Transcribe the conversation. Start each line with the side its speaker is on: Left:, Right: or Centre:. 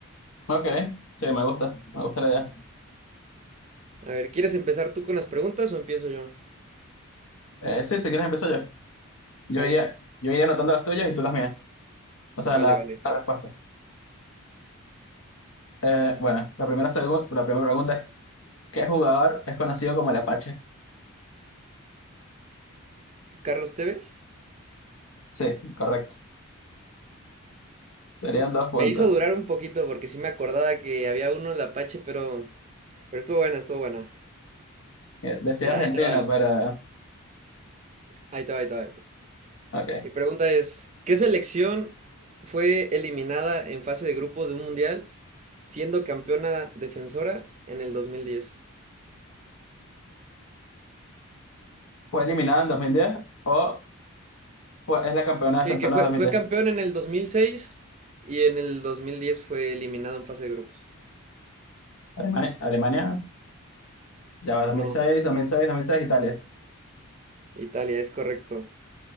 Left: Ok, sí, me gusta, me gusta la idea.
Right: A ver, ¿quieres empezar tú con las preguntas o empiezo yo?
Left: Eh, sí, si quieres empiezo yo. Yo
Right: Vale,
Left: iría, yo iría anotando las tuyas y tú las mías. O sea,
Right: vale,
Left: la,
Right: vale.
Left: la respuesta. Eh, bueno, la primera, segu- la primera pregunta es, ¿qué jugador es conocido como el Apache?
Right: ¿Carlos Tevez?
Left: Sí, correcto. Serían dos puntos.
Right: Me hizo durar un poquito porque sí me acordaba que había uno en la Apache, pero, pero estuvo buena, estuvo buena.
Left: Eh, Decía
Right: Mira,
Left: argentino,
Right: ahí te va,
Left: pero...
Right: ahí te va, ahí te va. ahí te va.
Left: Ok.
Right: Mi pregunta es, ¿qué selección fue eliminada en fase de grupos de un mundial siendo campeona defensora en el dos mil diez
Left: ¿Fue eliminada en dos mil diez o fue- es la campeona
Right: Sí,
Left: defensora
Right: que fue,
Left: de dos mil
Right: fue
Left: diez.
Right: campeón en el 2006 y en el 2010 fue eliminado en fase de grupos.
Left: Alemania, Alemania, ya va dos
Right: No,
Left: dos mil mil seis, dos mil seis, dos mil seis, Italia.
Right: Italia, es correcto.